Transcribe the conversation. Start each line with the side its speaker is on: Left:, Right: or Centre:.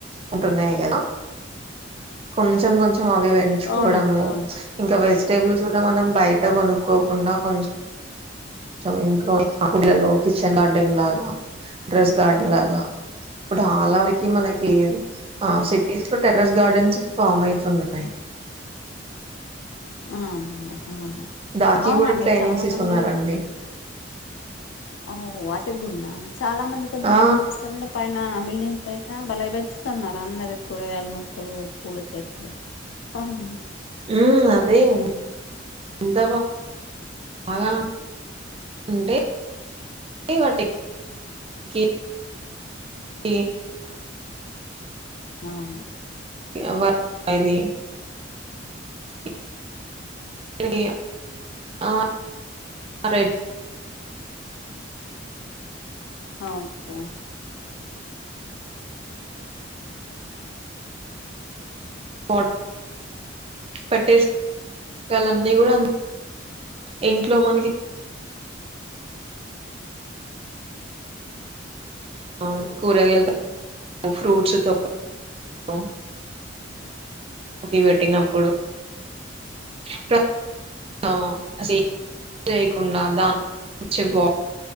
Right: ఉంటున్నాయి గదా. కొంచెం కొంచెం, అవి వెంచుకోవడము,
Left: అవునండి అవును
Right: ఇంకా వెజిటేబుల్స్ గుడా మనం బయట కొనుక్కోకుండా కొంచెం, చం ఇంట్లోనే కుండీలల్లో కిచెన్ గార్డెన్ లాగా, డ్రెస్ గార్డెన్ లాగా, ఇప్పుడ్ ఆలావికి, మనకి ఆ సిట్ టిస్ లో, టెర్రస్ గార్డెన్స్ ఫామ్ అయితున్నాయి.
Left: అవునండి అవును.
Right: దానికి
Left: అవునండి
Right: కూడా ట్రైనింగ్స్
Left: చాలా
Right: ఇస్తున్నారండి
Left: మంది, ఓ వాటి గుడ్నా. చాలా మంది, కొంతమంది
Right: ఆ
Left: ఏం చేస్తారంటే పైన్ నా, బిల్డింగ్ పైన బలే బెంచుతున్నారు, అందరు కూరగాయల మొక్కలు, పూల చెట్లు. అహువును.
Right: ఉమ్మ్ అదే, ఉన్ ఎంత బాగా అంటే, వాటి <inaudible>
Left: అవును.
Right: ఎవర్ <inaudible> ఇది ఇప్ మనకి <inaudible> ఆ రేట్,
Left: ఆ ఓకే.
Right: ఓట్ పెట్టేస్ <unintelligible> లన్నీ గుడా ఇంట్లో మనకి, అవును కూరగాయల్ <inaudible> ఫ్రూట్స్ తోకల్, టు, కాఫీ వేట్టినప్పుడు, ప్రత్ అ <inaudible> లేకుండా దాన్నుంచి బా,